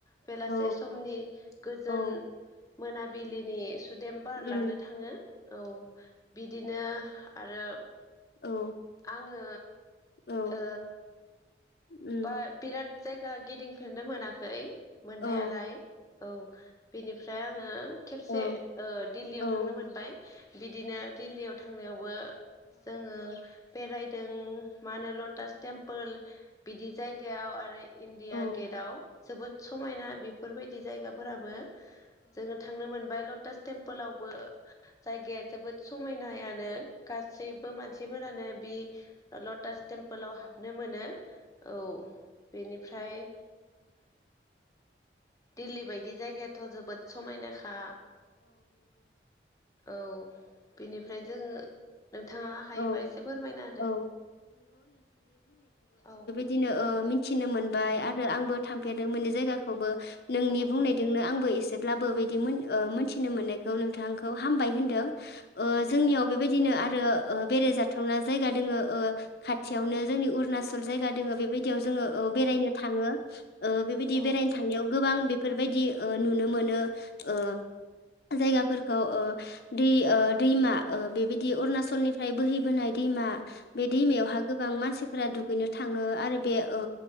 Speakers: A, on the left; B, on the left.
A: बेलासे
B: औ
A: समनि गोजोन
B: औ
A: मोनाबिलिनि सुदेमबार
B: उम
A: लानो थांङो औ बिदिनो आरो
B: औ
A: आङो
B: औ
A: ओ
B: उम
A: बा बिराद जायगा गिदिंफेरनो मोनाखै मोननायालाय
B: औ
A: औ बेनिफ्राय आङो खेबसे
B: औ
A: ओ दिल्लीयाव
B: नंगौ
A: थांनो मोनबाय बिदिनो दिल्लीयाव थांनायावबो जोङो बेरायदों मा होनो लटास टेम्पोल बिदि जायगायाव आरो इणडिया
B: औ
A: गेटआव जोबोद समायना बेफोरबायदि जायगाफोराबो जोङो थांनो मोनबाय लटास टेम्पोलावबो जायगाया जोबोद समायनायानो गासैबो मानसिफोरानो बि लटास टेमपोलाव हाबनो मोनो औ बेनिफ्राय दिल्ली बायदि जायगायाथ' जोबोद समायनाखा औ बेनिफ्राय जोङो नोंथाङा हायोबा
B: औ
A: एसे फोरमायना होदो
B: औ
A: औ
B: बिदिनो मिथिनो मोनबाय आरो आंबो थांफेरदों मोनदो जायगाखौबो नोंनि
A: औ
B: बुंनायजोंनो आंबो एसे जेब्लाबो बिदि मोन ओ मोनथिनो मोननायखौ नोंथांखौ हामबाय होनदों जोंनियाव
A: औ
B: बेबायदिनो आरो बेराय जाथावना जायगा दोङो खाथियावनो
A: औ
B: जोंनि अरुणाचल जायगा दङो बेबायदियाव जोङो बेरायनो थाङो ओ बेबायदि
A: औ
B: बेरायनो थांनायाव गोबां बेफोरबायदि ओ नुनो मोनो ओ जायगाफोरखौ ओ दै ओ दैमा बेबायदि अरुणाचलनिफ्राय ओमफ्राय बोहैबोनाय दैमा बे दैमायावहा गोबां मानसिफोरा दुगैनो थाङो आरो बे ओ